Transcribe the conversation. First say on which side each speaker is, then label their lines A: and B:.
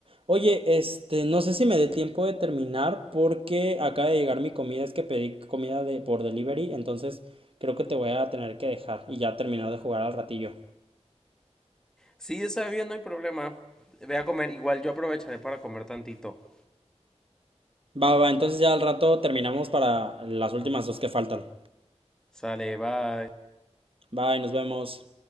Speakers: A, on the right; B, in the centre.
A: Oye, este, no sé si me dé tiempo de terminar porque acaba de llegar mi comida, es que pedí comida de, por delivery, entonces creo que te voy a tener que dejar y ya terminar de jugar al ratillo.
B: Sí, está bien, no hay problema. Ve a comer. Igual yo aprovecharé para comer tantito.
A: Va, va, va, entonces ya al rato terminamos para las últimas dos que faltan.
B: Sale, bye.
A: Bye, nos vemos.